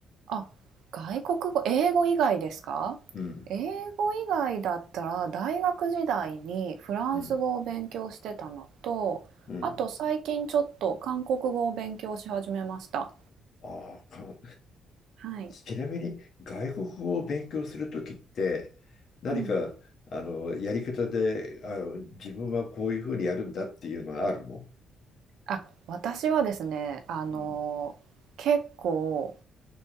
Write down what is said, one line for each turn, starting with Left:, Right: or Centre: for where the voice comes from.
Right: あ、外国語、英語以外ですか英語以外だったら大学時代にフランス語を勉強してたのと、
Left: うん、うん、うん。
Right: あと最近ちょっと韓国語を勉強し始めました。
Left: ああ、か
Right: はい。
Left: ちなみに外国語を勉強するときって何かあのやり方であ自分はこういうふうにやるんだっていうのはあるの
Right: うん。あ、私はですね、あの、
Left: うん、
Right: 結構